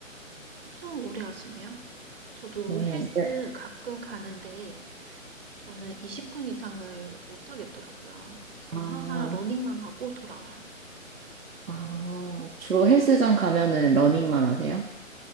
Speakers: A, on the right; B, on the right.
A: 엄청 오래 하시네요. 저도
B: 오,
A: 헬스
B: 네.
A: 가끔 가는데 저는 20분 이상을 못 하겠더라고요. 그래서 저는
B: 아,
A: 항상 러닝만 하고 돌아와요.
B: 아, 주로 헬스장 가면은 러닝만 하세요?